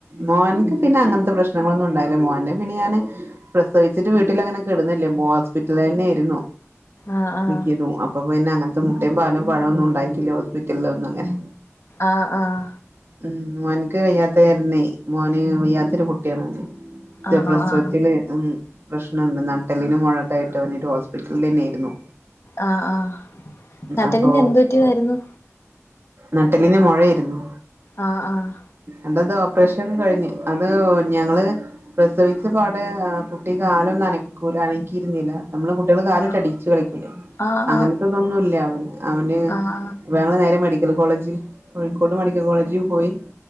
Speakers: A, on the right; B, on the left.
A: മോൻക്ക് പിന്നെ അങ്ങനത്തെ പ്രശ്നങ്ങളൊന്നും ഉണ്ടായില്ല മോനെ പിന്നെ ഞാന് പ്രസവിച്ചിട്ട് വീട്ടിൽ അങ്ങനെ കിടന്നില്ലേ ഹോസ്പിറ്റലിൽ തന്നെ ആയിരുന്നു
B: ആഹ് ആഹ്
A: മിക്കതും അപ്പൊ പിന്നെ അങ്ങനത്തെ മുട്ടയും പാലും പഴമൊന്നും ഉണ്ടായിക്കില്ല പ്പെട്ടില്ല ഒന്നും അങ്ങനെ.
B: ആഹ് ആഹ്
A: ഉം മോന്ക്ക് വയ്യാത്ത കാരണെ മോന് വയ്യാത്തൊരു കുട്ടിയാണോന്. ഇൻ്റെ
B: ആണോ
A: പ്രസവത്തില്
B: ആഹ്
A: ഉം പ്രശ്നണ്ട് നട്ടെല്ലിന് മുഴക്കായിട്ട് അവനൊരു ഹോസ്പിറ്റലിൽ തന്നെ ആയിരുന്നു.
B: ആഹ് ആഹ് നട്ടെല്ലിന്
A: അപ്പൊ
B: എന്ത് പറ്റിയതായിരുന്നു?
A: നട്ടെല്ലിന് മൊഴേരുന്നു.
B: ആഹ് ആഹ്
A: എന്താത് ഓപ്പറേഷനൊക്കെ കഴിഞ്ഞ് അത് ഞങ്ങള് പ്രസവിച്ച പാടെ കുട്ടി കാല് ഒന്നും അനക്കൂല അനക്കിയിരുന്നില്ല നമ്മള് കു കുട്ടികള്
B: ആഹ്
A: കാലിട്ട് അടിച്ചു കളിക്കൂലേ
B: ആഹ് ആഹ്
A: അങ്ങ ഇപ്പോ ഇതൊന്നുല്ല അവൻ അവന്
B: ആഹ്
A: പ്പ ഞങ്ങള് നേരെ മെഡിക്കൽ കോളേജിൽ കോഴിക്കോട് മെഡിക്കൽ കോളേജിൽ പോയി